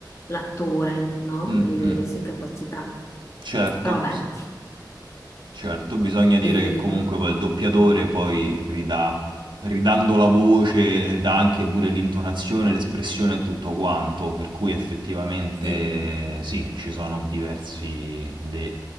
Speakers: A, on the left; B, on the right.
A: l'attore, no?
B: Mm,
A: E
B: mm,
A: le, le sue capacità.
B: certo.
A: Però vabbè,
B: Certo, bisogna dire
A: e,
B: che comunque poi il doppiatore poi ridà, ridando la voce, eh, dà anche pure l'intonazione, l'espressione e tutto quanto, per cui effettivamente
A: sì.
B: eh, sì, ci sono diversi, le-